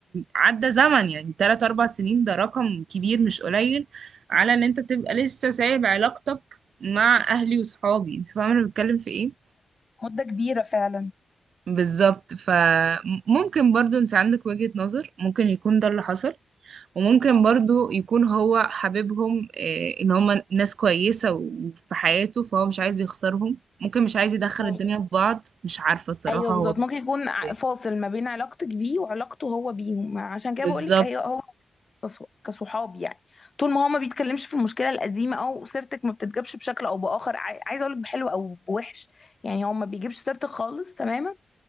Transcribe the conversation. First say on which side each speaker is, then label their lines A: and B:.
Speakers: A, on the right (about 65°); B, on the left (about 30°).
A: عدى زمن يعني تلات أربع سنين ده رقم كبير مش قليل على إن أنت تبقى لسه سايب علاقتك مع أهلي وصحابي أنت فاهمة أنا بتكلم في إيه؟
B: مده كبيره فعلا
A: بالظبط فممكن برضو أنت عندك وجهة نظر ممكن يكون ده اللي حصل وممكن برضو يكون هو حبيبهم آه، ان هم ناس كويسة وفي حياته فهو مش عايز يخسرهم ممكن مش عايز يدخل
B: مم.
A: الدنيا في بعض مش عارفة الصراحة
B: ايوه
A: هو
B: بالظبط
A: بيفكر
B: ممكن يكون ع-
A: إيه.
B: فاصل ما بين علاقتك بيه وعلاقته هو بيهم عشان كده
A: بالظبط
B: بقول لك هي هو كص- كصحاب يعني طول ما هو ما بيتكلمش في المشكله القديمه او سيرتك ما بتتجابش بشكل او باخر عاي- عايزه اقول لك بحلو او بوحش يعني هو ما بيجيبش سيرتك خالص تماما